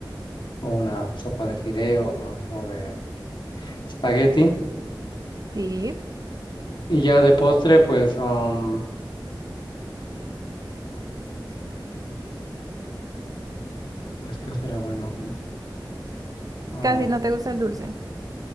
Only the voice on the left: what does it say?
O una sopa de fideo o, o de espagueti.
Y ya de postre, pues, um, pues, ¿qué será bueno? Ah,